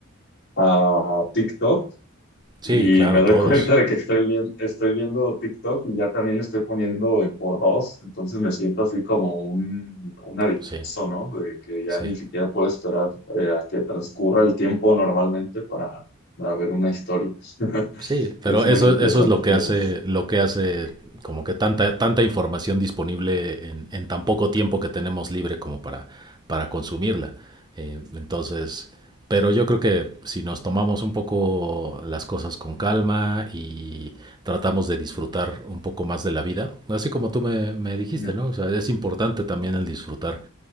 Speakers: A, on the left; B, on the right.
A: a TikTok
B: Sí,
A: y
B: claro,
A: me doy
B: todos.
A: <laughs> cuenta de que estoy, bien, estoy viendo TikTok y ya también le estoy poniendo en por dos, entonces me siento así como un, un adicto,
B: Sí,
A: ¿no? De que ya
B: sí.
A: ni siquiera puedo esperar eh, a que transcurra el tiempo normalmente para, para ver una historia. <laughs>
B: Sí, pero
A: Es muy
B: eso,
A: interesante.
B: eso es lo que
A: Ujú,
B: hace, lo que hace como que tanta, tanta información disponible en, en tan poco tiempo que tenemos libre como para, para consumirla. Eh, entonces, pero yo creo que si nos tomamos un poco las cosas con calma y tratamos de disfrutar un poco más de la vida, así como tú me, me dijiste,
A: ujú,
B: ¿no? O sea, es importante también el disfrutar